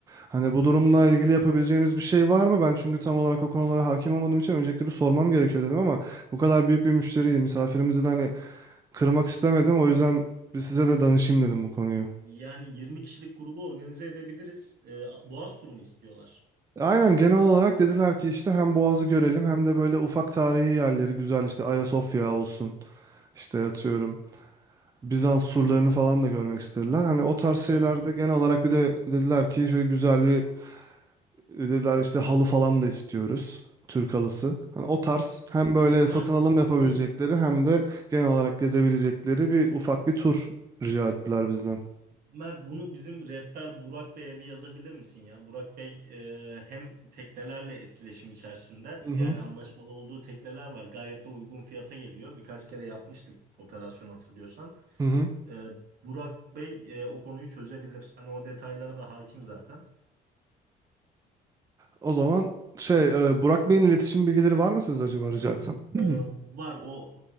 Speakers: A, on the right (about 20°); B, on the right (about 65°).
A: Hani bu durumla
B: Hı.
A: ilgili yapabileceğimiz bir şey var mı? Ben çünkü tam olarak o konulara hakim olmadığım için öncelikle bir sormam gerekiyor dedim ama bu kadar büyük bir müşteriyi, misafirimizi de hani kırmak istemedim. O yüzden bir size de danışayım dedim bu konuyu.
B: Yani 20 kişilik grubu organize edebiliriz. Ee, Boğaz turu mu istiyorlar?
A: Aynen genel olarak dediler ki işte hem Boğaz'ı görelim hem de böyle ufak tarihi yerleri güzel işte Ayasofya olsun işte atıyorum Bizans surlarını
B: Evet.
A: falan da görmek istediler. Hani o tarz şeylerde
B: Tamamdır.
A: genel olarak bir de dediler ki şöyle güzel bir dediler işte halı falan da istiyoruz. Türk halısı. Hani o tarz
B: Tamamdır.
A: hem böyle
B: Mert
A: satın alım yapabilecekleri
B: bunu
A: hem de genel olarak gezebilecekleri bir ufak bir tur rica ettiler bizden.
B: Mert bunu bizim rehber Burak Bey'e bir yazabilir misin ya? Burak Bey e, hem teknelerle etkileşim içerisinde
A: Hı hı.
B: yani anlaşmalı olduğu tekneler var. Gayet de uygun fiyata geliyor. Birkaç kere yapmıştık operasyon hatırlıyorsan.
A: Hı hı.
B: Ee, Burak Bey e, o konuyu çözebilir. Hani o detaylara da hakim zaten.
A: O zaman şey e, Burak Bey'in iletişim bilgileri var mı sizde acaba rica etsem?
B: Ee,
A: Hı.
B: var o